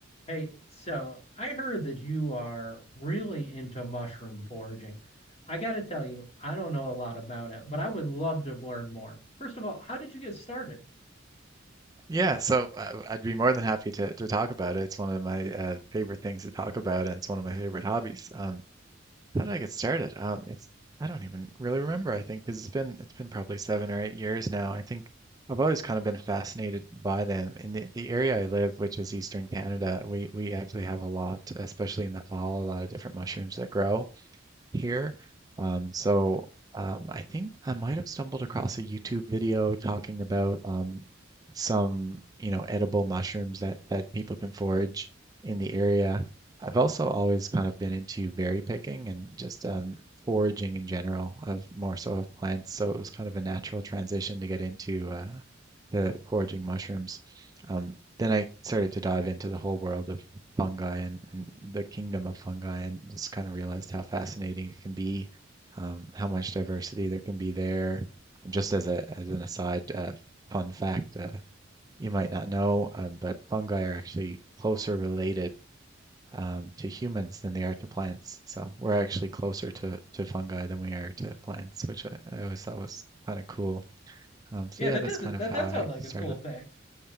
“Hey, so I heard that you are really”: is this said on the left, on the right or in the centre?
Left